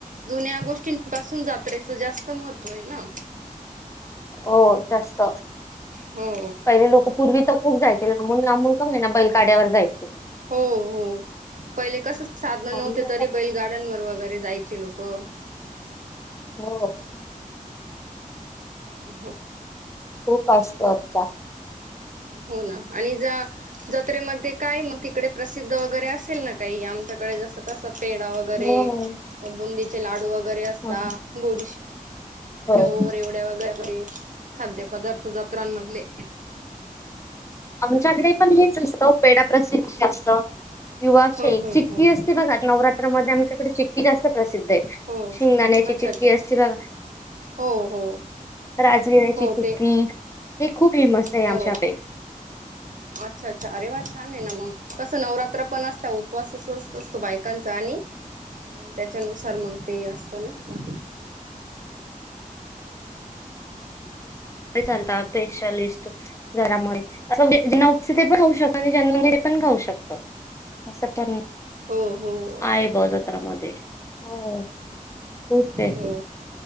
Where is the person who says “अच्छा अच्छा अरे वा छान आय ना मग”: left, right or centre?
Right